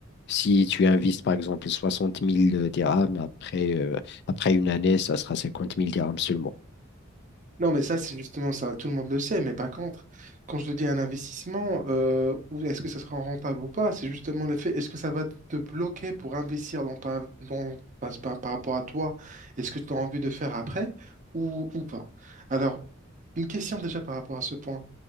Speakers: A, on the left (about 55°); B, on the right (about 40°).
A: si tu investis, par exemple, soixante mille dirhams, après, euh, après une année, ça sera cinquante mille dirhams seulement.
B: Non, mais ça, c'est justement ça. Tout le monde le sait. Mais par contre, quand je te dis un investissement, euh, ou est-ce que ça sera rentable ou pas, c'est justement le fait, est-ce que ça va te bloquer pour investir dans ta, dans, par, par- par rapport à toi est ce que tu as envie de faire après ou, ou pas. Alors, une question déjà par rapport à ce point.